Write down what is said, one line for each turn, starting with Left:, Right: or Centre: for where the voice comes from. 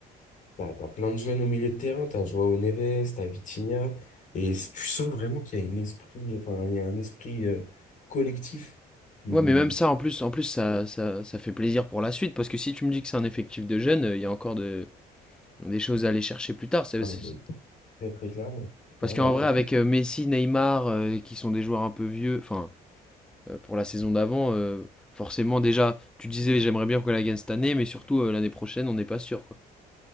Left: T'as, t'as plein de jeunes au milieu de terrain, t'as Joao Neves, t'as Vitinha, et c- tu sens vraiment qu'il y a un esprit, enfin, il y a un esprit euh, collectif qui...
Centre: Ouais, mais même ça, en plus, en plus ça, ça, ça fait plaisir pour la suite, parce que si tu me dis que c'est un effectif de jeunes, euh, il y a encore de, des choses à aller chercher plus tard. C'est-
Left: Ah
Centre: c'est-
Left: non, mais très, très clairement, très clairement,
Centre: Parce qu'en
Left: après,
Centre: vrai, avec euh, Messi, Neymar, euh, qui sont des joueurs un peu vieux, enfin, euh, pour la saison d'avant, euh, forcément, déjà, tu disais, j'aimerais bien qu'on la gagne cette année, mais surtout, euh, l'année prochaine, on n'est pas sûr, quoi.